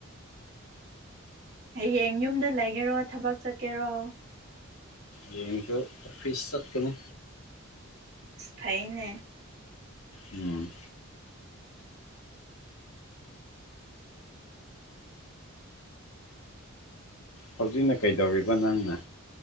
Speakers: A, on the right; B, on the left.
A: ꯍꯌꯦꯡ ꯌꯨꯝꯗ ꯂꯩꯒꯦꯔꯣ ꯊꯕꯛ ꯆꯠꯀꯦꯔꯣ
B: ꯌꯦꯡꯖꯨ ꯑꯣꯐꯤꯁ ꯆꯠꯀꯅꯤ
A: ꯐꯥꯏꯅꯦ
B: ꯎꯝ ꯍꯧꯖꯤꯛꯅ ꯀꯩꯗꯧꯔꯤꯕ ꯅꯪꯅ